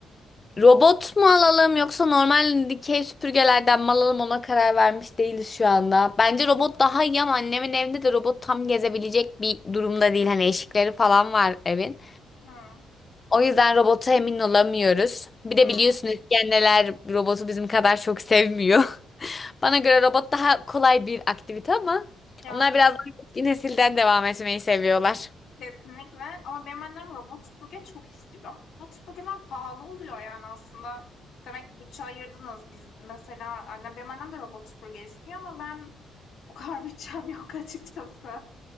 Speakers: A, on the left (about 30°); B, on the left (about 70°).
A: Robot mu alalım yoksa normal dikey süpürgelerden mi alalım ona karar vermiş değiliz şu anda. Bence robot daha iyi ama annemin evinde de robot tam gezebilecek bir durumda değil. Hani eşikleri falan var evin.
B: Hımm,
A: O yüzden robota emin olamıyoruz. Bir de
B: hımm.
A: biliyorsunuz İskender robotu bizim kadar çok sevmiyor. <laughs> Bana göre robot daha kolay bir aktivite ama
B: Ya,
A: onlar biraz daha eski nesilden devam etmeyi seviyorlar.
B: kesinlikle ama benim annem robot süpürge çok istiyor ama robot süpürgeler pahalı oluyor, yani, aslında. Demek ki bütçe ayırdınız. Biz mesela annem benim annem de robot süpürge istiyor ama ben o kadar <laughs> bütçem yok açıkçası.